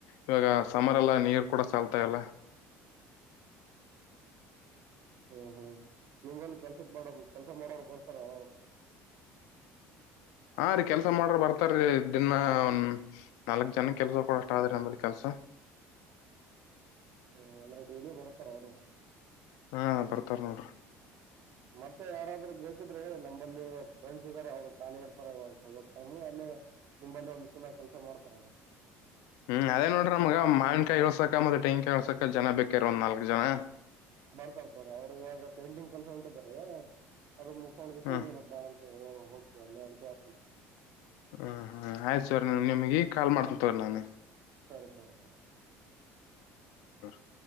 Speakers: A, on the left; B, on the right.
A: ಇವಾಗ ಸಮರ್ ಅಲ್ಲಿ ನೀರು ಕೂಡ ಸಾಲ್ತಾಯಿಲ್ಲಾ <inaudible>
B: ಹ್ಮ್ ಹ್ಮ್ ನಿವ್ ಕೆಲ್ಸಕ್ ಮಾಡ ಕೆಲ್ಸಾ ಮಾಡೋರು ಬರ್ತಾರಾ
A: ಹಾ ರೀ ಕೆಲ್ಸ ಮಾಡ್ರ ಬರ್ತಾರೀ ದಿನ ಒಂದ್ ನಾಲ್ಕ್ ಜನ ಕೆಲ್ಸ ಕೊಡಷ್ಟ ಆದ್ರಿ ನಂಬಲ್ಲಿ ಕೆಲ್ಸಾ
B: ಹ್ಮ ಅಂದ್ರೆ ಡೈಲಿ ಬರ್ತಾ ಅವರೇ.
A: ಹಾ ಬರ್ತಾರ ನೋಡ್ರಿ
B: ಮತ್ತೆ ಯಾರಾದ್ರ ಬೇಕಿದ್ರೆ ಹೇಳಿ ನಂಬಲ್ಲಿ ಫ್ರೆಂಡ್ಸ್ ಇದ್ದಾರೆ ಅವ್ರು ಖಾಲಿ ಇರತ್ತಾರೇ ಟೈಮು ಅಲ್ಲಿ ನಿಂಬಲ್ಲಿ ಒಂದ್ ದಿನ ಕೆಲ್ಸ ಮಾಡ್ತಾರೆ
A: ಹ್ಮ್ ಅದೇ ನೋಡ್ರಿ ನಮಗ ಮಾಲ್ಕಿನ್ ಕಾಯಿ ಇಳ್ಸಾಕ್ ಮತ್ತೆ ತೆಂಗಿನ್ಕಾಯಿಇಳ್ಸಾಕ್ ಜನಾ ಬೇಕಾಗ್ಯಾರ್ ಒಂದ ನಾಲ್ಕಕ್ ಜನಾ.
B: ಬರ್ತಾರ ತೋರಿ ಅವ್ರು ಇವಾಗ ಪೇಂಟಿಂಗ್ ಕೆಲ್ಸಾ ಹೊಂಟಿದ್ದರೆ ಅದ ಮುಗಸ ಕೊಂಡಕ್ಸಿಂಧ್
A: ಹ್ಮ್
B: ಬಾ ಅಂತ ಹೋಗ್ತೇವ ಅಲ್ಲೇ ಅಂತ ಹೇಳುತ್ತೇನ
A: ಹ್ಮ್ ಹ್ಮ್ ಆಯ್ತು ತೊರಿ ನಿಮಗೆ ಕಾಲ್ ಮಾಡ್ಕೊಂತವ್ರ ನಾನ್
B: ಸರಿ ಸರಿ ಸರಿ
A: <unintelligible>